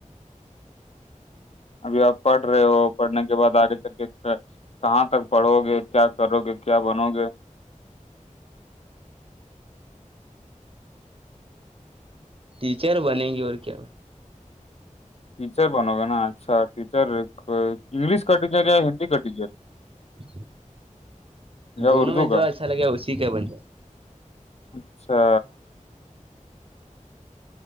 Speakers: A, on the left; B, on the right.
A: ابھی آپ پڑھ رہے ہو پڑھنے کے بعد آگے چک کےکیا کہاں تک پڑھوں گے کیا کرو گے کیا بنو گے
B: ٹیچر بنیں گے اور کیا بن
A: ٹیچر بنو گا نا اچھا ٹیچر انگلش کا ٹیچر یا ہندی کا ٹیچر
B: ہ
A: یا
B: دونوں
A: اردو
B: میں
A: کا
B: جو اچھا لگے اسی کا بن جا
A: اچھا